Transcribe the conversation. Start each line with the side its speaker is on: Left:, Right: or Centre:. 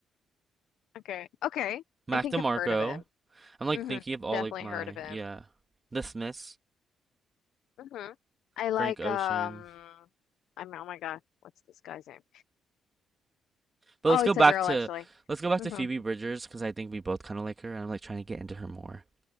Left: Okay. Okay.
Right: Mac
Left: I think
Right: DeMarco.
Left: I've heard of him.
Right: I'm like
Left: hmm
Right: thinking of all
Left: Definitely
Right: like my
Left: heard of him.
Right: yeah, The Smiths,
Left: hmm I like
Right: Frank Ocean,
Left: um I'm oh my God, what's this guy's name?
Right: But
Left: Oh,
Right: let's go
Left: it's
Right: back
Left: a girl
Right: to
Left: actually.
Right: let's go back
Left: hmm
Right: to Phoebe Bridgers because I think we both kind of like her, and I'm like trying to get into her more.